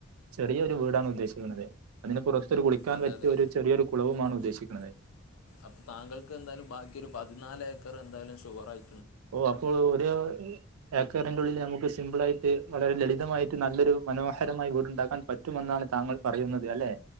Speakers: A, on the right; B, on the left.
A: ചെറിയ ഒരു വീടാണ് ഉദ്ദേശിക്കുന്നത് അതിനെ കുറിച്ച് കുളിക്കാൻ
B: അതെ
A: പറ്റിയ
B: അതെ
A: ഒരു ചെറിയൊരു കുളവുമാണ് ഉദ്ദേശിക്കുന്നത്
B: അപ്പൊ താങ്കൾക്ക് എന്തായാലും ബാക്കി ഒരു പതിനാല് ഏക്കർ എന്തായാലും ഷുവർ ആയി
A: ഓ അപ്പോൾ ഒരു ഏക്കറിന്റെ ഉള്ളിൽ നമുക്ക് സിമ്പിളായിട്ട് വളരെ ലളിതമായിട്ട് നല്ലൊരു മനോഹരമായി വീടുണ്ടാക്കാൻ പറ്റുമെന്നാണ് താങ്കൾ പറയുന്നത് അല്ലെ.